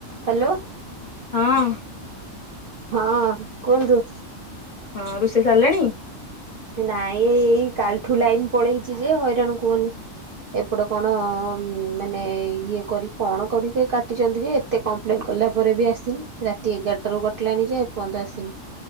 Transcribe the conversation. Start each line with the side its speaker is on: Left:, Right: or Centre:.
Right: Hello?
Left: ହଁ।
Right: ହଁ କୁହନ୍ତୁ?
Left: ହଁ ରୋଷେଇ ସାରିଲେଣି?
Right: ନାଇଁ ଏଇ କାଲିଠୁ ଲାଇନ ପଳେଇଛି ଯେ ହଇରାଣ କୁହନି। ଏପତଟେ କଣ ମାନେ ଇଏ କରି କଣ କରିକି କାଟିଛନ୍ତି ଯେ ଏତେ କମ୍ପ୍ଲେନ୍ କଲା ପରେ ବି ଆସିନି। ରାତି ଏଗାରଟାରୁ କଟିଲାଣି ଯେ ଏପର୍ଯ୍ୟନ୍ତ ଆସିନି।